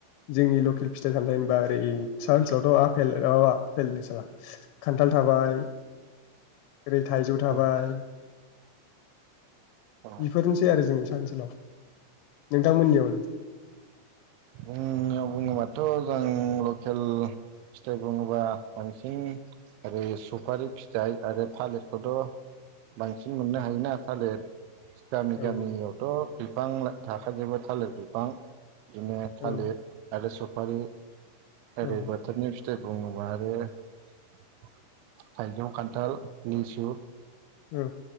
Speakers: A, on the left (about 80°); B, on the right (about 80°).
A: जोंनि लकेल फिथाइ-सामथाइ होनबा ओरै साहा ओनसोलावथ' आफेल माबा आफेलनो साला खान्थाल थाबाय ओरै थाइजौ थाबाय
B: औ औ
A: इफोरनोसै आरो जोंनि सा ओनसोलाव नोंथांमोननियावलाय
B: बुंनायाव बुंङो माथो। <unintelligible> लकेल फिथाइ बुङोबा बांसिन ओरै सुफारि फिथाइ आरो थालिरखौथ' बांसिन मोननो हायोना? थालिर गामि
A: औ
B: गामियावथ' बिफां ला थाखाजोबबो थालिर बिफां‌। बिदिनो थालिर
A: औ
B: आरो स फारि
A: औ
B: ओरै बोथोरनि फिथाइ बुङोबा आरो थाइजौ, खान्थाल, लिसु
A: औ